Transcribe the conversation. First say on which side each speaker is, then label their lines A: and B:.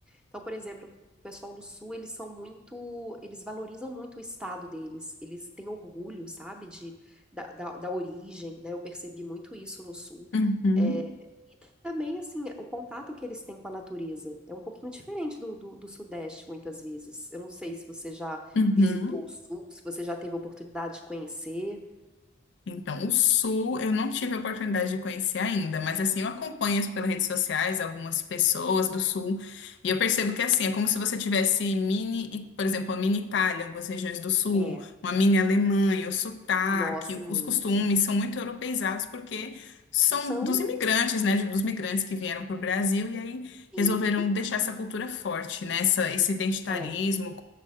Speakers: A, in the centre; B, on the left.
A: então, por exemplo, o pessoal do Sul, eles são muito, eles valorizam muito o estado deles. Eles têm orgulho, sabe, de, da, da, da origem, né? Eu percebi muito isso no Sul.
B: Uhum,
A: É, e também, assim, o contato que eles têm com a natureza é um pouquinho diferente do, do, do Sudeste, muitas vezes. Eu não sei se você já
B: uhum.
A: visitou o Sul, se você já teve a oportunidade de conhecer.
B: Então, o Sul eu não tive a oportunidade de conhecer ainda, mas assim, eu acompanho as- pelas redes sociais algumas pessoas do Sul e eu percebo que assim, é como se você tivesse mini, por exemplo, a mini Itália, algumas regiões do Sul,
A: É,
B: uma mini Alemanha, o sotaque,
A: Nossa,
B: o-
A: muito.
B: os costumes são muito europeizados porque são
A: São,
B: dos imigrantes, né, de- dos migrantes que vieram para o Brasil e aí
A: sim,
B: resolveram deixar essa cultura forte, né, essa- esse identitarismo
A: é,